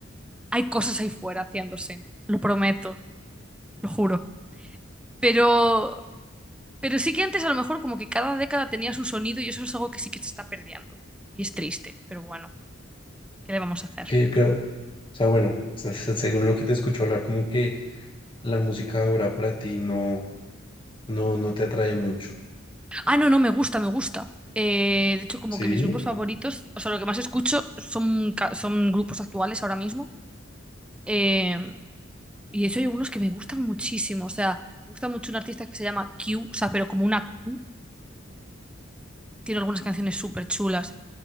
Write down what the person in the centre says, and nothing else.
hay cosas ahí fuera haciéndose. Lo prometo, lo juro. Pero, pero sí que antes a lo mejor como que cada década tenía su sonido y eso es algo que sí que se está perdiendo. Y es triste, pero bueno, ¿qué le vamos a hacer?
Ah, no, no, me gusta, me gusta. Eh, de hecho, como
que mis grupos favoritos, o sea, lo que más escucho son, ca- son grupos actuales ahora mismo. Eh, y de hecho hay unos que me gustan muchísimo. O sea, me gusta mucho un artista que se llama Q, o sea, pero como una Q. Tiene algunas canciones súper chulas.